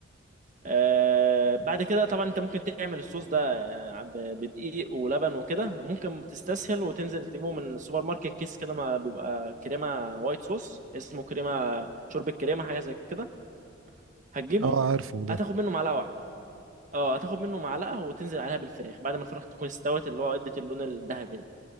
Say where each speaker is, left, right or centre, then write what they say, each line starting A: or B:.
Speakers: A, on the right; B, on the right.
A: آه بعد كده طبعا انت ممكن تعمل الصوص ده آه، ب- بدقيق ولبن وكده وممكن تستسهل وتنزل تجيبه من السوبر ماركت كيس كده ما بيبقى كريمه وايت صوص اسمه كريمه شوربه كريمه حاجه زي كده هتجيبه
B: اه عارفه ده
A: هتاخد منه معلقه واحده اه هتاخد منه معلقه وتنزل عليها بالفراخ بعد ما الفراخ تكون استوت اللي هو ادت اللون الذهبي ده